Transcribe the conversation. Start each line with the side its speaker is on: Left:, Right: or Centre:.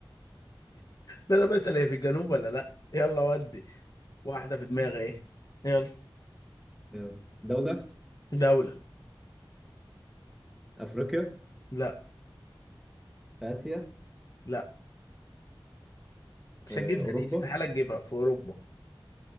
Left: لا لا بسأل هي في الجنوب ولا لا يلا ودي واحدة في دماغي ايه يلا
Centre: يلا. دولة
Left: دولة
Centre: افريقيا
Left: لا
Centre: في اسيا
Left: لا مش
Centre: في
Left: هتجيبها
Centre: اوروبا
Left: دي استحالة تجيبها في أوروبا